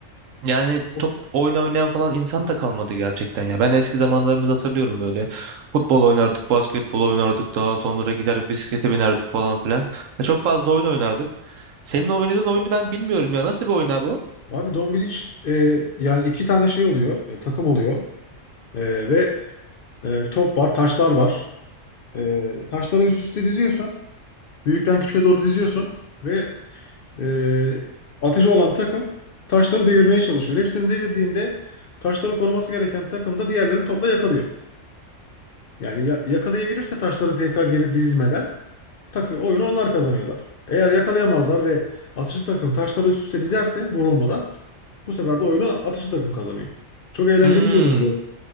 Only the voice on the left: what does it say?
Yok.
Abi Dombiliç e, yani iki tane şey oluyor. e, takım oluyor. E, ve e, bir top var, taşlar var. E, taşları üst üste diziyorsun. Büyükten küçüğe doğru diziyorsun. Ve e, atıcı olan takım taşları devirmeye çalışıyor. Hepsini devirdiğinde taşları koruması gereken takım da diğerlerini topla yakalıyor. Yani ya- yakalayabilirse taşları tekrar geri dizmeden takı oyunu onlar kazanıyorlar. Eğer yakalayamazlar ve atıcı takım taşları üst üste dizerse vurulmadan bu sefer de oyunu atıcı takım kazanıyor. Çok eğlenceli
bir oyundu.